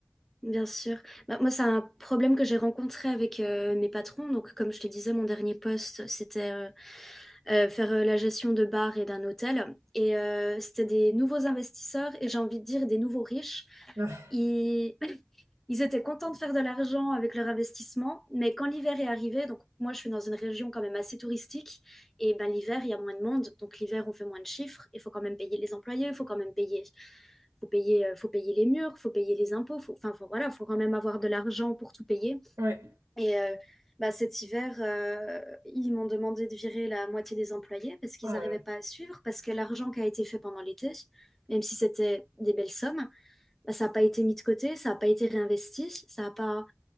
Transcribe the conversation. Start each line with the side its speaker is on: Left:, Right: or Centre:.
Centre: Bien sûr. Bah, moi, c'est un problème que j'ai rencontré avec euh, mes patrons. Donc, comme je te disais, mon dernier poste, c'était euh, euh, faire euh, la gestion de bars et d'un hôtel. Et euh, c'était des nouveaux investisseurs et j'ai envie de dire des nouveaux riches
Right: Ah,
Centre: ils, <laughs> ils étaient contents de faire de l'argent avec leur investissement, mais quand l'hiver est arrivé, donc moi je suis dans une région quand même assez touristique, et ben l'hiver il y a moins de monde, donc l'hiver on fait moins de chiffres, il faut quand même payer les employés, il faut quand même payer, faut payer, euh, faut payer les murs, faut payer les impôts, faut, enfin faut- voilà, faut quand même avoir de l'argent pour tout payer.
Right: Ouais.
Centre: Et euh, bah, cet hiver, euh, ils m'ont demandé de virer la moitié des employés parce qu'ils
Right: Ah
Centre: n'arrivaient
Right: là là.
Centre: pas à suivre, parce que l'argent qui a été fait pendant l'été, même si c'était des belles sommes, bah, ça n'a pas été mis de côté, ça n'a pas été réinvesti, ça a pas.